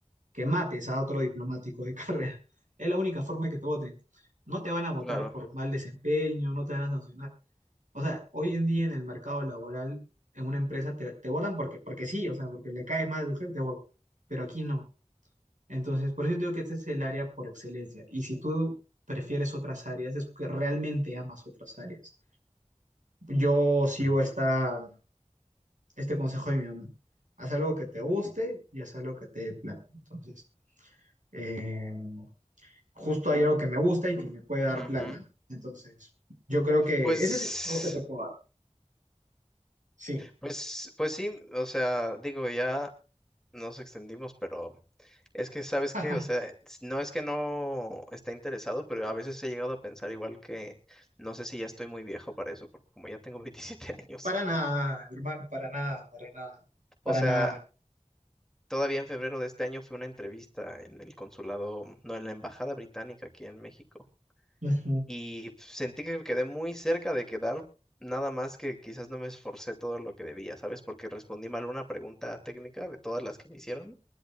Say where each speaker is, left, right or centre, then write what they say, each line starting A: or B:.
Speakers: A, on the right; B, in the centre.
A: que mates a otro diplomático de <laughs> carrera. Es la única forma de que te voten. No te van a votar
B: claro.
A: por mal desempeño, no te van a sancionar. O sea, hoy en día en el mercado laboral, en una empresa te, te votan porque, porque sí, o sea, porque le cae mal al jefe, te votan. Pero aquí no. Entonces, por eso digo que este es el área por excelencia. Y si tú prefieres otras áreas, es porque realmente amas otras áreas. Yo sigo esta, este consejo de mi mamá. Haz algo que te guste y haz algo que te dé plata. Entonces, eh, justo hay algo que me gusta y que me puede dar
B: Ujú.
A: plata. Entonces, yo creo que
B: Pues,
A: ese es el consejo que te puedo dar. Sí.
B: pues, pues sí, o sea, digo, ya nos extendimos, pero es que, ¿sabes
A: <laughs>
B: qué? O sea, s- no es que no está interesado, pero a veces he llegado a pensar igual que, no sé si ya estoy muy viejo para eso, porque como ya tengo <laughs> 27 años,
A: Para nada, hermano, para nada, para nada, para
B: o sea,
A: nada.
B: todavía en febrero de este año fue una entrevista en el consulado, no, en la embajada británica aquí en México.
A: Ujú,
B: y sentí que quedé muy cerca de quedar, nada más que quizás no me esforcé todo lo que debía, ¿sabes? Porque respondí mal una pregunta técnica de todas las que me hicieron.